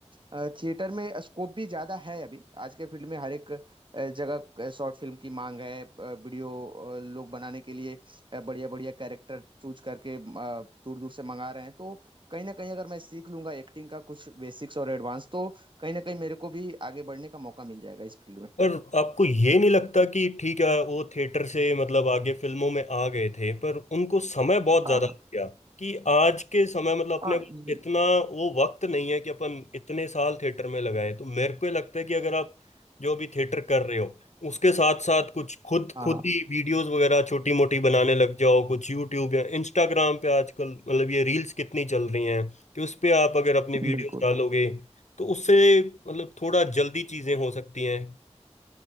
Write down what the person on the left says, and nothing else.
पर आपको ये नहीं लगता कि ठीक है वो थिएटर से मतलब आगे फिल्मों में आ गए थे पर उनको समय बहुत ज्यादा
लग गया कि आज के समय मतलब अपने
इतना वो वक्त नहीं है कि अपन इतने साल थिएटर में लगाए तो मेरे को ये लगता है कि अगर आप जो भी थिएटर कर रहे हो उसके साथ साथ कुछ खुद
खुद
ही वीडियोस वगैरह छोटी मोटी बनाने लग जाओ कुछ यूट्यूब या इंस्टाग्राम पे आजकल मतलब ये रील्स कितनी चल रही हैं कि उस पे आप अगर अपनी वीडियोस
डालोगे तो उससे मतलब थोड़ा जल्दी चीजें हो सकती हैं